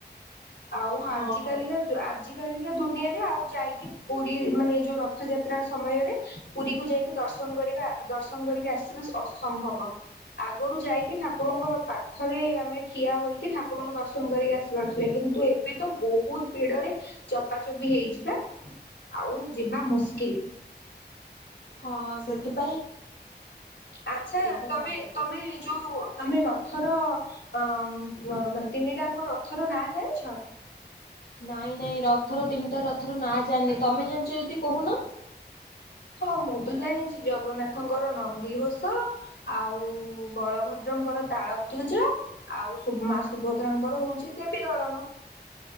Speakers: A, on the left; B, on the left.
A: ଆଉ
B: ହଁ।
A: ଆଜି କାଲିକା ଜ ଆଜି କାଲିକା ଦୁନିଆରେ ଆଉ ଯାଇକି ପୁରୀ ମାନେ ଯୋଉ ରଥ ଯାତ୍ରା ସମୟରେ ପୁରୀକୁ ଯାଇକି ଦର୍ଶନ କରିବା ଦର୍ଶନ କରିକି ଆସିବା ଅସମ୍ଭବ। ଆଗରୁ ଯାଇକି ଠାକୁରଙ୍କ ପାଖରେ ଆମେ ଠିଆ ହୋଇକି ଠାକୁରଙ୍କୁ ଦର୍ଶନ କରିକି ଆସି ପାରୁଥିଲେ କିନ୍ତୁ ଏ ବେ ତ ବହୁତ ଭିଡରେ ଚପାଚପି ହେଇଯିବା ଆଉ ଯିବା ମୁସ୍କିଲ।
B: ହଁ ସେଥିପ
A: ଆଚ୍ଛା
B: ଟା
A: ତମେ
B: ମାରିଦବୁ।
A: ତମେ ଯୋଉ ତମେ ରଥ ଥର ଅ ତିନିଟାଙ୍କ ରଥର ନାଁ ଜାଣିଛ?
B: ନାଇଁ ନାଇଁ ରଥର ତିନିଟା ରଥର ନାଁ ଜାଣିନି ତମେ ଜାଣିଚ ଯଦି କହୁନ।
A: ହଁ ମୁଁ ତ ଜାଣିଚି। ଜଗନ୍ନାଥଙ୍କର ନନ୍ଦୀଘୋଷ ଆଉ ବଳଭଦ୍ରଙ୍କର ତାଳ ଧ୍ୱଜ ଆଉ ମା ସୁଭଦ୍ରାଙ୍କର ହଉଚି ଦେବୀ ଦଳନ।